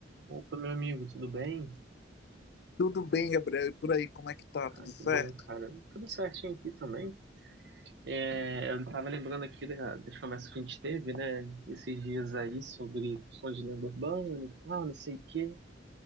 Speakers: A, on the right; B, on the left.
A: Opa, meu amigo, tudo bem?
B: Tudo bem, Gabriel? E por aí, como é que tá?
A: Ah,
B: Tudo certo?
A: que bom, cara. Tudo certinho aqui também. É, eu tava lembrando aqui da- das conversas que a gente teve, né, esses dias aí sobre questão de lenda urbana e tal, não sei o quê.